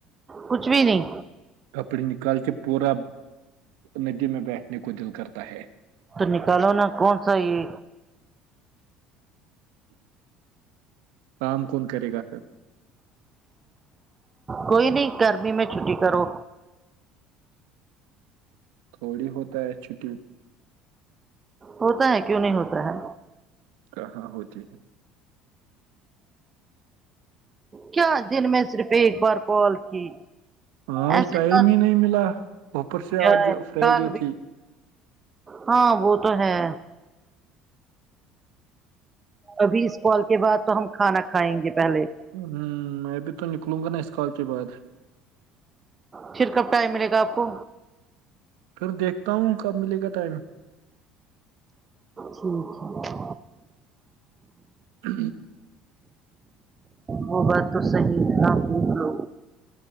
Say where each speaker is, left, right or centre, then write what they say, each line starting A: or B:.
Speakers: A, on the right; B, on the right.
A: کچھ بھی نہیں
B: کپڑے نکال کے پورا ندی میں بیٹھنے کو دل کرتا ہے
A: تو نکالو نا کون سا یہ
B: کام کون کرے گا پھر
A: کوئی نہیں گرمی میں چھٹی کرو
B: تھوڑی ہوتا ہے چھٹی
A: ہوتا ہے کیوں نہیں ہوتا ہے
B: کہاں ہوتی ہے
A: کیا دن میں صرف ایک بار کال کی
B: اج
A: ایسے
B: ٹائم
A: کیا
B: ہی نہیں ملا بپر سے اج
A: ہے
B: فرائیڈے
A: کل بھی
B: تھی
A: ہاں وہ تو ہے ابھی اس کال کے بعد تو ہم کھانا کھائیں گے پہلے
B: ہوں میں ابھی تو نکلوں گا نا اس کال کے بعد
A: پھر کب ٹائم ملے گا اپ کو
B: پھر دیکھتا ہوں کب ملے گا ٹائم
A: ٹھیک ہے
B: ہ
A: وہ بات تو صحی تھا لو